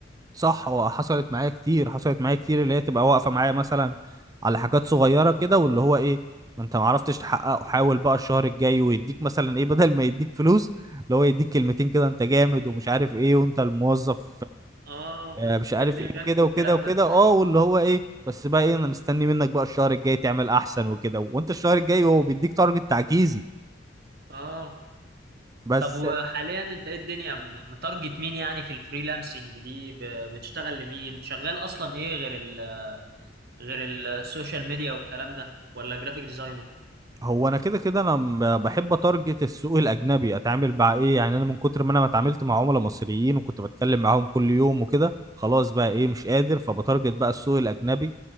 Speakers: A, on the right; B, on the right.
A: صح وحصلت معايا كتير حصلت معايا كتير اللي هي تبقى واقفة معايا مثلا على حاجات صغيرة كده واللي هو ايه ما انت ما عرفتش تحققه حاول بقى الشهر الجاي ويديك مثلا ايه بدل ما يديك فلوس اللي هو يديك كلمتين كده انت جامد ومش عارف ايه وانت الموظف
B: اه
A: آه، مش عارف
B: ابن البنك
A: ايه وكده
B: والكلام
A: وكده وكده
B: ده
A: اه واللي هو ايه بس بقى ايه انا مستني منك بقى الشهر الجاي تعمل احسن وكده وانت الشهر الجاي هو بيديك تارجت تعجيزي
B: اه
A: بس
B: طب وحاليا انت ايه الدنيا م- متارجت مين يعني في الفريلانسنج دي ب- بتشتغل لمين شغال اصلا ايه غير ال غير السوشيال ميديا والكلام ده ولا جرافيك ديزاينر
A: هو انا كده كده انا م- بحب اتارجت السوق الاجنبي اتعامل مع ايه يعني انا من كتر ما انا ما اتعاملت مع عملاء مصريين وكنت بتكلم معاهم كل يوم وكده خلاص بقى ايه مش قادر فبتارجت بقى السوق الاجنبي